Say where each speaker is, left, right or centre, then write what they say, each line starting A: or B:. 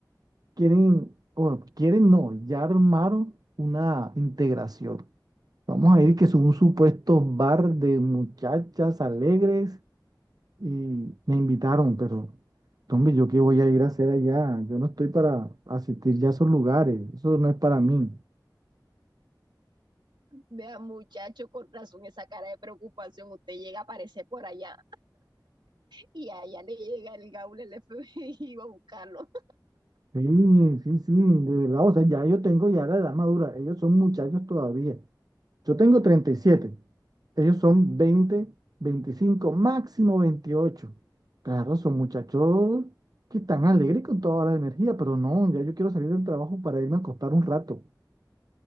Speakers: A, on the right; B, on the right.
A: quieren, o quieren no, ya armaron una integración. Vamos a ir que es un supuesto bar de muchachas alegres y me invitaron, pero hombre, ¿yo qué voy a ir a hacer allá? Yo no estoy para asistir ya a esos lugares, eso no es para mí.
B: Vea, muchacho, con razón, esa cara de preocupación. Usted llega a aparecer por allá y allá le llega el gaul, el FBI <laughs> y va a buscarlo.
A: Sí, sí, sí, de verdad, o sea, ya yo tengo ya la edad madura, ellos son muchachos todavía. Yo tengo 37. ellos son 20, veinticinco máximo 28. Claro, son muchachos que están alegres con toda la energía, pero no, ya yo quiero salir del trabajo para irme a acostar un rato.